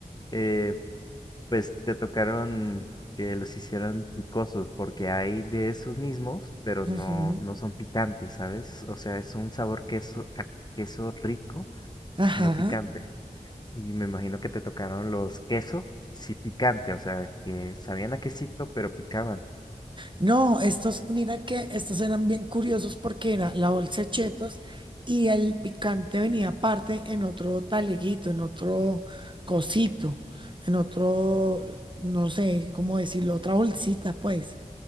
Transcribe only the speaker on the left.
Eh, Pues te tocaron que los hicieran picosos, porque hay de esos mismos, pero no,
no son picantes, ¿sabes? O sea, es un sabor queso, a queso rico,
no picante. Y me imagino que te tocaron los queso, sí picante, o sea, que sabían a quesito, pero picaban.